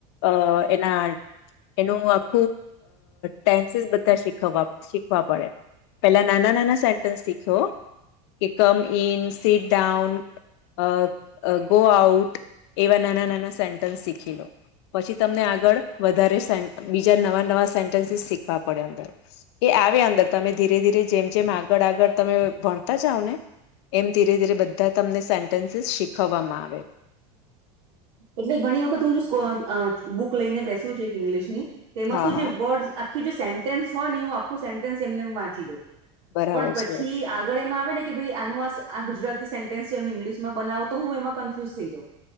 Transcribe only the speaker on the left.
અ એના એનું અ ટેન્સીસ બધા શીખવા શીખવા પડે પેલા નાના નાના સેન્ટન્સ શીખ્યો કે come in sit down a a go out એવા નાના નાના સેન્ટન્સ શીખી લો પછી તમને આગળ વધારે બીજા નવા નવા સેન્ટન્સીસ શીખવા પડે અંદર એ આવે અંદર તમે ધીરે ધીરે જેમ જેમ આગળ આગળ તમે ભણતા જાવ ને એમ ધીરે ધીરે બધ ત્યાં તમને સેન્ટન્સીસ શીખવવામાં આવે
હા
હા
બરાબર
છે